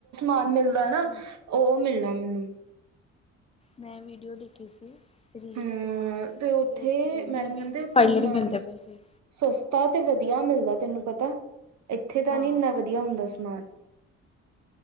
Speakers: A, on the right; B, on the left.
A: ਹਾਂ ਮਿਲਦਾ
B: ਹਮ
A: ਨਾ।
B: ਹਮ
A: ਉਹ ਮਿਲਣਾ ਮੈਨੂੰ
B: ਮੈਂ ਵੀਡੀਓ ਦੇਖੀ ਸੀ। ਰੀਲ
A: ਹਾਂ
B: ਸਕਰੋਲ ਕਰਨ
A: ਤੇ
B: ਦੇ ਉੱਥੇ ਵੀਹ
A: ਮੈਡਮ
B: ਵੀਹ
A: ਕਹਿੰਦੇ
B: ਦੇ
A: ਉੱਥੇ
B: ਫਾਈਲ
A: ਸਮਾਨ
B: ਦੇ ਵੀ ਮਿਲਦੇ ਆ ਪੈਸੇ।
A: ਸਸਤਾ ਤੇ ਵਧੀਆ ਮਿਲਦਾ ਤੈਨੂੰ ਪਤਾ ਇੱਥੇ ਤਾਂ
B: ਹਾਂ
A: ਨਈ ਏਨਾਂ ਵਧੀਆ ਹੁੰਦਾ ਸਮਾਨ।